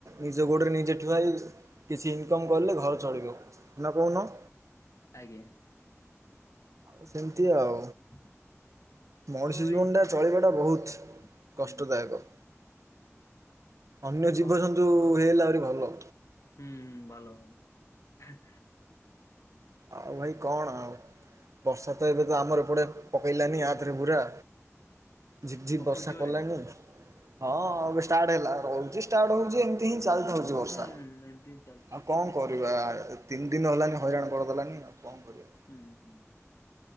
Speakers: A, on the right; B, on the left.
A: ନିଜ ଗୋଡରେ ନିଜେ ଠୁଆହେଇଚି। କିଛି ଇନକମ କଲେ ଘର ଚଳିବ ନା କହୁନ।
B: ଆଜ୍ଞା।
A: ଏମିତି ଆଉ
B: <unintelligible>
A: ମଣିଷ
B: ହଉ ଭାଇ
A: ଜୀବନଟା ଚଳିବାଟା ବହୁତ
B: ହୁଁ
A: କଷ୍ଟଦାୟକ।
B: ହୁଁ।
A: ଅନ୍ୟ
B: ହ
A: ଜୀବଜନ୍ତୁ ହେଇଗଲେ ଆହୁରି ଭଲ।
B: ହୁଁ ହୁଁ ଭଲ ହେଁ।
A: ଆଉ ଭାଇ କଣ ଆଉ? ବର୍ଷା ତ ଏବେ ତ ଆମର ଏପଟେ ପକେଇଲାନି ଆାତରେ ପୁରା ଝିପ୍ ଝିିପ୍
B: ପକଉ
A: ବର୍ଷା
B: ଜୋରେ
A: ପଲାନି ହଁ ଏବେ ଷ୍ଟାର୍ଟ ହେଲା ରହୁଚି ଷ୍ଟାର୍ଟ ହଉଚି ଏମିତି ହିଁ ଚାଲ୍ ଥାଉଚି ବର୍ଷା
B: ହୁଁ ହୁଁ ଏମିତି ହିଁ ଚାଲିଛି।
A: ଆଉ କଁ କରିବା ତିନି ଦିନ ହେଲାନି ହଇରାଣ କରିଦଲାନି ଆଉ କଣ କରିବା
B: ହୁଁ ହୁଁ <inaudible>